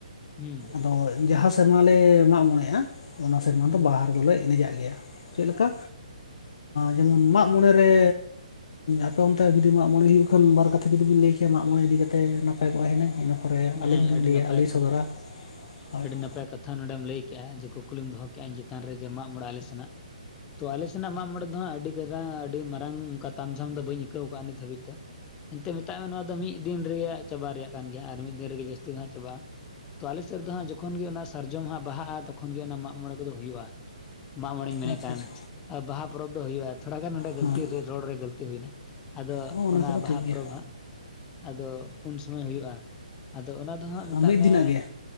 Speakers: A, on the left; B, on the left.
A: ᱦᱩᱸ ᱾
B: ᱟᱫᱚ ᱡᱟᱦᱟ ᱥᱮᱨᱢᱟᱞ ᱞᱮ ᱢᱟᱜ ᱢᱚᱬᱮᱜ-ᱟ, ᱚᱱᱟ ᱥᱮᱨᱢᱟ
A: ᱦᱮᱸ
B: ᱫᱚ ᱵᱟᱦᱟ ᱨᱮᱫ ᱞᱮ ᱮᱱᱮᱡᱟᱜ ᱜᱮᱭᱟ ᱾ ᱪᱮᱫ ᱞᱮᱠᱟ, ᱡᱮᱢᱚᱱ ᱢᱟᱜ ᱢᱚᱬᱮ ᱨᱮ ᱟᱯᱮ ᱚᱱᱛᱮ ᱡᱩᱫᱤ ᱢᱟᱜ ᱢᱚᱬᱮ ᱦᱩᱭᱩᱜ ᱠᱷᱟᱱ ᱵᱟᱨ ᱠᱟᱛᱷᱟ ᱡᱩᱫᱤ ᱵᱮᱱ ᱞᱟᱹᱭ ᱠᱮᱭᱟ ᱢᱟᱜ ᱢᱚᱬᱮ ᱤᱫᱤ ᱠᱟᱛᱮ ᱱᱟᱯᱟᱭ ᱠᱚᱜ-ᱟ ᱦᱤᱱᱟᱹᱝ ᱾ ᱤᱱᱟᱹ ᱛᱟᱯᱚᱨᱮ
A: ᱦᱮᱸ
B: ᱟᱹᱞᱤᱧ ᱦᱚᱞᱤᱧ
A: ᱟᱹᱰᱤ
B: ᱞᱟᱹᱭᱟ
A: ᱱᱟᱯᱟᱭ
B: ᱟᱨ ᱞᱤᱧ ᱥᱚᱫᱚᱨᱟ, ᱦᱳᱭ
A: ᱟᱹᱰᱤ
B: ᱾
A: ᱱᱟᱯᱟᱭ ᱠᱟᱛᱷᱟ ᱱᱚᱰᱮᱢ ᱞᱟᱹᱭ ᱠᱮᱫᱮᱜ-ᱟ ᱡᱮ, ᱠᱩᱠᱞᱤᱢ ᱫᱚᱦᱚ ᱠᱮᱜ-ᱟ ᱤᱧ ᱪᱮᱛᱟᱱ ᱨᱮ ᱢᱟᱜ ᱢᱚᱬᱮ ᱟᱞᱮ ᱥᱮᱱᱟᱜ ᱛᱚ ᱟᱞᱮ ᱥᱮᱱᱟᱜ ᱢᱟᱜ ᱢᱚᱬᱮ ᱫᱚ ᱦᱟᱸᱜ ᱟᱹᱰᱤ ᱠᱟᱡᱟ ᱟᱹᱰᱤ ᱢᱟᱨᱟᱝ ᱚᱱᱠᱟ ᱛᱟᱢ ᱡᱷᱟᱢ ᱫᱚ ᱵᱟᱹᱧ ᱟᱹᱭᱠᱟᱹᱣ ᱟᱠᱟᱫ-ᱟ ᱱᱤᱛ ᱫᱷᱟᱹᱵᱤᱡ ᱫᱚ ᱾ ᱮᱱᱛ ᱢᱮᱛᱟᱜ ᱢᱮ ᱱᱚᱣᱟ ᱫᱚ ᱢᱤᱫ ᱫᱤᱱ ᱨᱮᱭᱟᱜ ᱪᱟᱵᱟ ᱨᱮᱭᱟᱜ ᱠᱟᱱ ᱜᱮᱭᱟ ᱟᱨ ᱢᱤᱫ ᱫᱤᱱ ᱨᱮᱜᱮ ᱡᱟᱹᱥᱛᱤ ᱫᱚ ᱦᱟᱸᱜ ᱪᱟᱵᱟᱜ-ᱟ ᱾ ᱛᱚ ᱟᱞᱮ ᱥᱮᱫ ᱨᱮ ᱫᱚ ᱦᱟᱸᱜ ᱡᱚᱠᱷᱚᱱ ᱜᱮ ᱚᱱᱟ ᱥᱟᱨᱡᱚᱢ ᱦᱟᱸᱜ ᱵᱟᱦᱟᱜ-ᱟ, ᱛᱚᱠᱷᱚᱱ ᱜᱮ ᱚᱱᱟ ᱢᱟᱜ ᱢᱚᱬᱮ ᱠᱚᱫᱚ ᱦᱩᱭᱩᱜ-ᱟ ᱾ ᱢᱟᱜ ᱢᱚᱬᱮᱧ ᱢᱮᱱᱮᱫ
B: ᱟᱪᱪᱷᱟ
A: ᱠᱟᱱ,
B: ᱟᱪᱪᱷᱟ
A: ᱵᱟᱦᱟ ᱯᱚᱨᱚᱵᱽ ᱫᱚ ᱦᱩᱭᱩᱜᱼᱟ ᱛᱷᱚᱲᱟ ᱜᱟᱱ ᱱᱚᱸᱰᱮ ᱜᱟᱹᱞᱛᱤ
B: ᱦᱮᱸ
A: ᱨᱮ ᱨᱚᱲ ᱨᱮ ᱜᱟᱹᱞᱛᱤ ᱦᱩᱭ ᱮᱱᱟ ᱾ ᱟᱫᱚ
B: ᱦᱚᱸ
A: ᱚᱱᱟ
B: ᱠᱚᱫᱚ
A: ᱵᱟᱦᱟ
B: ᱴᱷᱤᱠ ᱜᱮᱭᱟ
A: ᱯᱚᱨᱚᱵᱽ ᱦᱟᱸᱜ ᱟᱫᱚ ᱩᱱ ᱥᱚᱢᱹᱭ ᱦᱩᱭᱩᱜᱼᱟ, ᱟᱫᱚ ᱚᱱᱟ ᱫᱚ ᱦᱟᱸᱜ ᱢᱮᱛᱟᱜ
B: ᱟᱨ ᱢᱤᱫ
A: ᱢᱮ
B: ᱫᱤᱱᱟᱜ ᱜᱮ